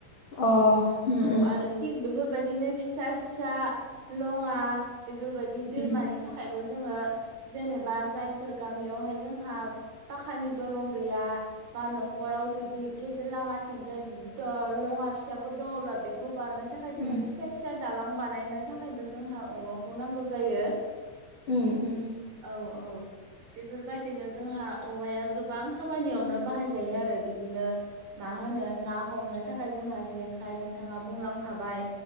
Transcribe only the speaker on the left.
अ उम
उम
उम
उम
उम